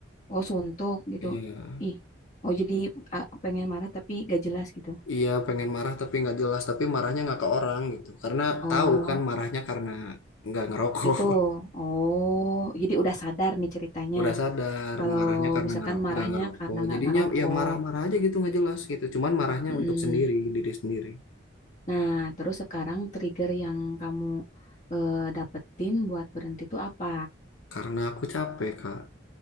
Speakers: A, on the left; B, on the left.
A: oh suntuk gitu.
B: iya
A: Ih, oh jadi ah, pengen marah tapi gak jelas gitu.
B: iya pengen marah tapi nggak jelas tapi marahnya nggak ke orang gitu karena
A: Oh,
B: tahu kan marahnya karena nggak ngerokok
A: itu. Oh, jadi udah sadar nih ceritanya.
B: <laughs> udah sadar
A: Kalau
B: marahnya karena
A: misalkan
B: ngero
A: marahnya
B: nggak ngerokok
A: karena nggak
B: jadinya
A: ngerokok.
B: ya marah-marah aja gitu nggak jelas gitu cuman marahnya
A: Mm-mm.
B: untuk sendiri diri sendiri
A: Nah, terus sekarang trigger yang kamu eh, dapetin buat berhenti itu apa?
B: karena aku capek kak